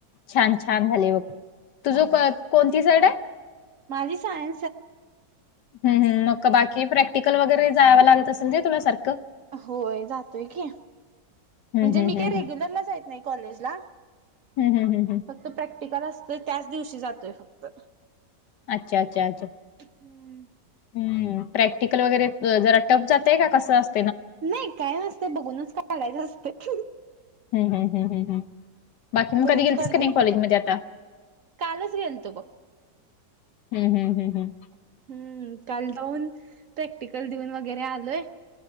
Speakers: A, on the left; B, on the right.
A: छान छान झाले बघ. तुझं
B: हा हा
A: कोणती साईड हाय?
B: माझी साय
A: हम् हम् मग बाकी प्रॅक्टिकल वगैरे जाव लागत असेल ना तुला सारखं?
B: होय जातोय की,
A: हम्म,
B: म्हणजे
A: हम्म,
B: मी काही
A: हम्म,
B: रेग्युलरला
A: हम्म.
B: जायीत नाही कॉलेजला
A: हम् हम हम हम.
B: फक्त प्रॅक्टिकल असतंय त्याच दिवशी जातोय फक्त.
A: अच्छा अच्छा अच्छा.
B: हम्म
A: हम्म प्रॅक्टिकल वगैरे जरा टप जातय का कसं अस
B: नाही काय नसतय बघूनच काढायचं असतय.
A: हम्म्म हम्म्म हम्म्म हम्म्म हम्म्म. बाकी मग
B: बघून
A: कधी गेलतीस
B: काढते
A: कनी कॉलेज मध्ये आता?
B: कालच गेलतो बघ
A: हम्म हम्म हम्म हम्.
B: हम्म काल जाऊन प्रॅक्टिकल देऊन वगैरे आलोय